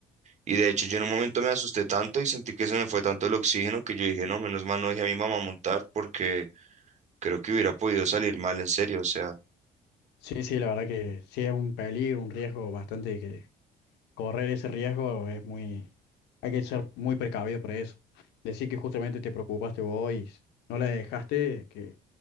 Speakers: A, on the right (about 45°); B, on the left (about 85°).
A: Y de hecho yo en un momento me asusté tanto y sentí que se me fue tanto el oxígeno que yo dije, no, menos mal no dejé a mi mamá montar porque creo que hubiera podido salir mal en serio, o sea,
B: Sí, sí, la verdad que sí es un peligro, un riesgo bastante que correr ese riesgo es muy, hay que ser muy precavido por eso. Decir que justamente te preocupaste vos y no la dejaste, que